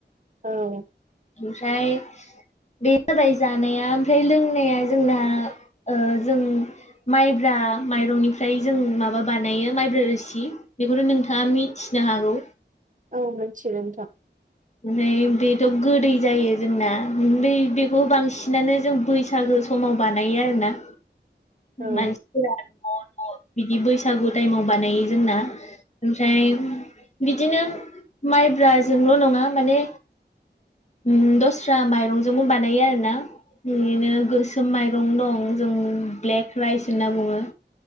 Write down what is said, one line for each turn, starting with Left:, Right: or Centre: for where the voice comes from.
Right: औ
Left: ओमफ्राय बे जाबाय जानाया ओमफ्राय लोंनाया जोंना ओ जों माइब्रा माइरंनिफ्राय जों माबा बानायो माइब्रा रोसि बेखौनो नोंथाङा मिथिनो हागौ
Right: औ मोनथिगोन नोंथां
Left: <unintelligible> बेथ' गोदै जायो जोंना बेखौ बांसिनानो जों बैसागो समाव बानायो आरोना
Right: <inaudible> औ
Left: मानसिफोरा न' न' बिदि बैसागु टाइमाव बानायो जोंना ओमफ्राय बिदिनो माइब्राजोंल' नङा माने ओम दस्रा माइरंजोंबो बानायो आरोना बिदिनो गोसोम माइरं दं जों ब्लेक राइस होनना बुङो